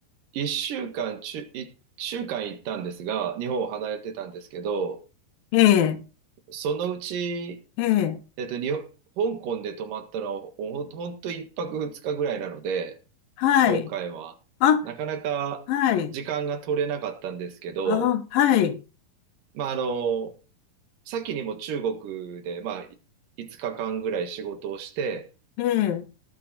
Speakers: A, on the right (about 65°); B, on the left (about 70°).
A: 1週間、ちゅ、1週間行ったんですが、日本を離れてたんですけど、
B: ええ、
A: そのうち
B: ええ、
A: えっと、日本香港で泊まったら、ほほほんと1泊2日ぐらいなので、
B: はい。
A: 今回は、
B: あ、
A: なかなか時間が取れなかったんですけど、
B: はい。あ、はい。
A: まあ、あの、先にも中国で、まあ、い5日間ぐらい仕事をして、
B: ええ、